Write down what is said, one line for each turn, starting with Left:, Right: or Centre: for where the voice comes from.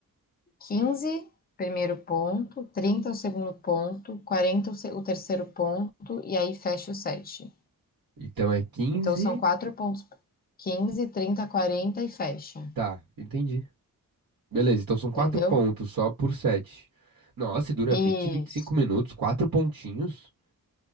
Left: 15 primeiro ponto, 30 o segundo ponto, 40 o terceiro ponto, e aí fecha o set.
Right: Então é quinze,
Left: Então são quatro pontos: quinze trinta 40 e fecha.
Right: Tá, entendi. Beleza, então são quatro
Left: Entendeu?
Right: pontos só por sete. Nossa, e dura
Left: Isso.
Right: vinte, vinte e cinco minutos, quatro pontinhos.